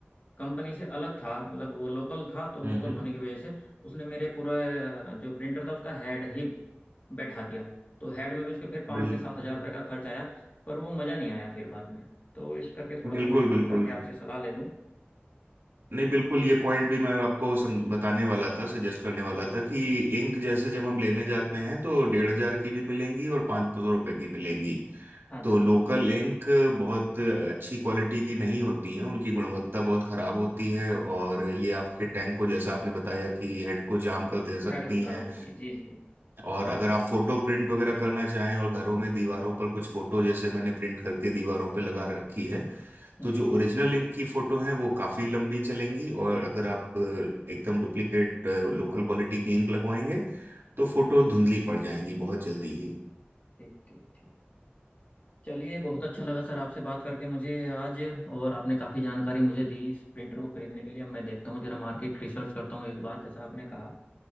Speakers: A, on the left; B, on the right.
A: कंपनी से अलग था मतलब वो लोकल था तो
B: हम्म
A: लोकल
B: हम्म,
A: होने की वजह से उसने मेरे पूरे अ, जो प्रिंटर था उसका हेड ही बैठा दिया तो हेड में भी उसके फिर पाँच
B: बिल्कुल
A: से सात हजार रुपये का खर्च आया पर वो मज़ा नहीं आया फिर बाद में तो इस करके थोड़ा
B: बिल्कुल
A: सा मैं सोचा
B: बिल्कुल
A: कि आपसे सलाह ले लूँ
B: नहीं बिल्कुल ये पॉइंट भी मैं आपको समझ बताने वाला था सजेस्ट करने वाला
A: जी
B: था
A: जी
B: कि
A: जी
B: इंक जैसे जब हम लेने जाते हैं तो डेढ़ हजार की भी मिलेंगी और पाँच सौ रुपए की मिलेंगी
A: हाँ
B: तो
A: जी
B: लोकल
A: हाँ जी
B: इंक बहुत अच्छी क्वालिटी की नहीं होती हैं उनकी गुणवत्ता बहुत खराब होती है और ये आपके टैंक को जैसा आपने बताया कि हेड को जाम कर दे सकती
A: हेड को खराब
B: हैं
A: हो जाती है जी जी
B: और अगर आप फोटो प्रिंट वगैरह करना चाहें और घरों में दीवारों पर कुछ फोटो जैसे मैंने प्रिंट करके दीवारों पर लगा रखी है तो
A: जी
B: जो ओरिजिनल लिंक की फोटो है वो काफी लंबी चलेंगी और अगर आप अ, एकदम डुप्लीकेट लोकल क्वालिटी की इंक लगवाएंगे तो फोटो धुंधली पड़ जाएंगी बहुत जल्दी ही
A: ठीक ठीक ठीक चलिए बहुत अच्छा लगा सर आपसे बात करके मुझे आज और आपने काफ़ी जानकारी मुझे दी इस प्रिंटर को खरीदने के लिए अब मैं देखता हूँ जरा मार्केट रिसर्च करता हूँ एक बार जैसा आपने कहा